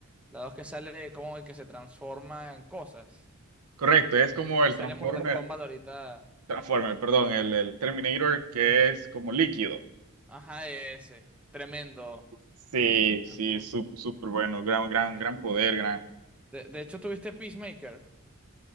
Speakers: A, in the centre; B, on the right (about 85°).
A: La dos que sale de como que se transforma en cosas.
B: Correcto, es como
A: Que
B: el
A: sale
B: Transformer,
A: Mortal Kombat ahorita.
B: Transformer, perdón, el, el Terminator que es como líquido.
A: Ajá, ese. Tremendo.
B: Sí,
A: Me
B: sí,
A: gustó mucho.
B: sú- súper bueno, gran, gran,
A: De,
B: gran poder, gran.
A: de- de hecho, tuviste Peacemaker